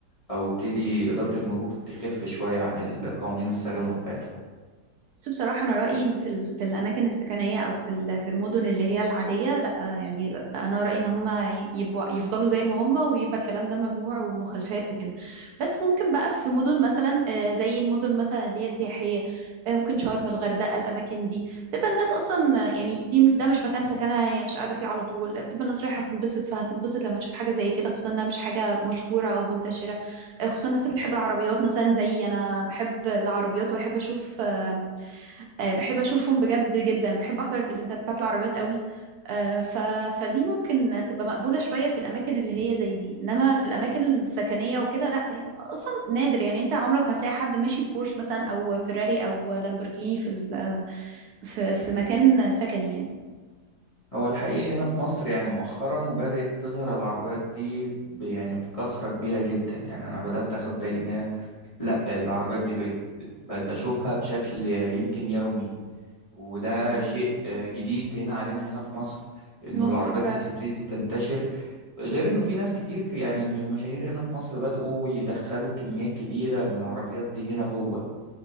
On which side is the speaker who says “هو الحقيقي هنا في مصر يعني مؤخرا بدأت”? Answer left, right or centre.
Left